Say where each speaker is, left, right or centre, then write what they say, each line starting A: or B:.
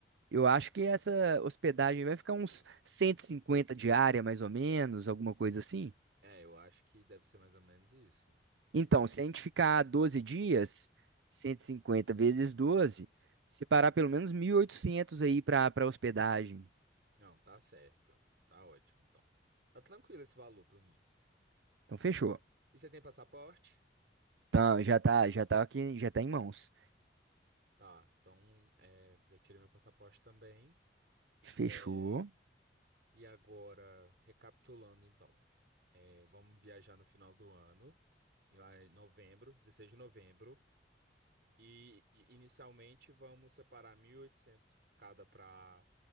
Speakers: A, on the right (about 75°); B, on the right (about 60°).
A: eu acho que essa hospedagem vai ficar uns 150 diária, mais ou menos, alguma coisa assim.
B: é, eu acho que deve ser mais ou menos isso.
A: Então, se a gente ficar 12 dias, 150 vezes 12, separar pelo menos 1.800 aí pra, pra hospedagem.
B: Não, tá certo. Tá ótimo, então. Tá tranquilo esse valor pra mim.
A: Então fechou.
B: E você tem passaporte?
A: Então já tá, já tá aqui, já tá em mãos.
B: Tá, então é, já tirei meu passaporte também.
A: Fechou.
B: É, e agora, recapitulando então, é, vamos viajar no final do ano, e lá em novembro, 16 de novembro, e, e inicialmente vamos separar 1.800 cada para